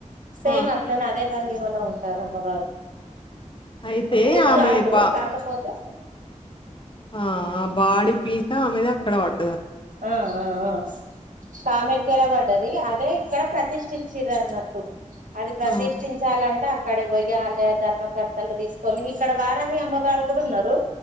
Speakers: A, on the right; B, on the left.
A: సేమ్
B: ఆ!
A: అట్లానే అదే భంగిమలో ఉంటారు అమ్మవారు.
B: అయితే
A: భూతు
B: ఆమె
A: కాదు
B: బ
A: కాకపోతే
B: ఆ ఆ బాడి పీసా ఆమెది అక్కడ పడతాది.
A: ఆ ఆ ఆ కామెక్కేలా పడ్డది. అదే ఇక్కడ ప్రతిష్ఠించర అన్నట్టు అది ప్రతిష్ఠించాలంటే
B: ఆ!
A: అక్కడ పోయాలంటే ఆలయ ధర్మకర్తలు తీసుకొని ఇక్కడ వారాహి అమ్మవారు కూడా ఉన్నారు.